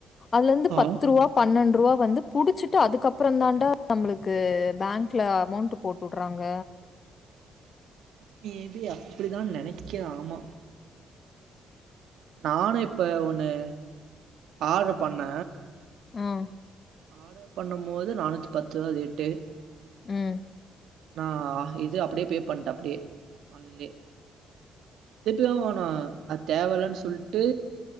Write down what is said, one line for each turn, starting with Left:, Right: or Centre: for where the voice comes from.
Left: அதுலந்து
Right: ஆ
Left: பத்து ரூபா பன்னென் ரூவா வந்து புடிச்சிட்டு அதுக்கப்பற தாண்டா நம்மளுக்கு பேங்ல அமௌண்ட் போட்டு வுட்றாங்க
Right: மேபி அப்டிதா நெனக்க ஆமா நானும் இப்ப ஒண்ணு ஆர்டரு பண்ண
Left: ம்
Right: ஆர்டர் பண்ணு போது நானூத்தி பத்து தா ரேட்டு
Left: ம்
Right: நா இது அப்டியே பே பண்ட்ட அப்டியே ஆன்லயே திட்டு வாங்க மாட்டா அத் தேவலன்னு சொல்ட்டு